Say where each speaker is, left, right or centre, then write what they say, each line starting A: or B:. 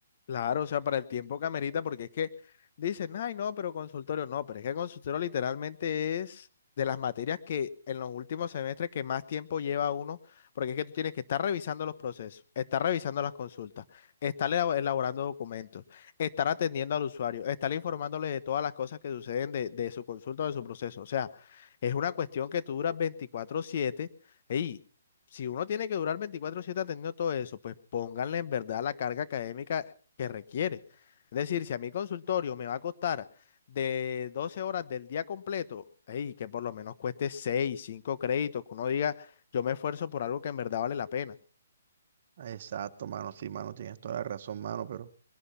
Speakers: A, on the left; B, on the right.
A: Claro, o sea, para el tiempo que amerita, porque es que dicen, ay, no, pero consultorio no, pero es que el consultorio literalmente es de las materias que en los últimos semestres que más tiempo lleva uno, porque es que tú tienes que estar revisando los procesos, estar revisando las consultas, estar elabo- elaborando documentos, estar atendiendo al usuario, estar informándole de todas las cosas que suceden de, de su consulta o de su proceso. O sea, es una cuestión que tú duras veinticuatro siete y si uno tiene que durar veinticuatro siete atendiendo todo eso, pues pónganle en verdad la carga académica que requiere. Es decir, si a mi consultorio me va a costar de 12 horas del día completo, ey, que por lo menos cueste 6, 5 créditos, que uno diga, yo me esfuerzo por algo que en verdad vale la pena.
B: Exacto, mano, sí, mano, tienes toda la razón, mano, pero...